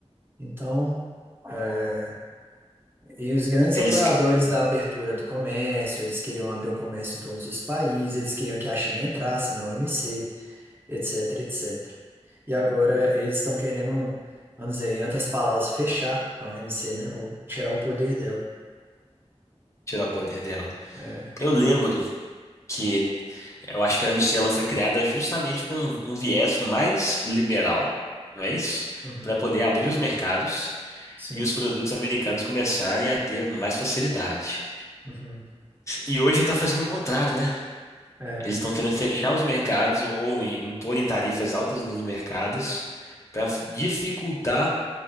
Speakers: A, on the right; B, on the left.
A: Então, eh, e os grandes
B: eles
A: apoiadores
B: que- ah,
A: da abertura do comércio, eles queriam abrir o comércio em todos os países, eles queriam que a China entrasse na OMC, etc, etc. etcétera. E agora eles estão querendo, vamos dizer, em outras palavras, fechar a OMC, né? Ou tirar o poder dela.
B: tirar o poder dela.
A: É.
B: Eu lembro que eu acho que a AMC ela foi criada justamente com um um viés mais liberal, não é isso?
A: Uhum.
B: Para poder abrir os mercados
A: Sim.
B: e os produtos americanos começarem a ter mais facilidade.
A: Uhum.
B: E hoje está fazendo o contrário, né?
A: É.
B: Eles estão querendo fechar os mercados ou, ou imporem tarifas altas nos mercados para dificultar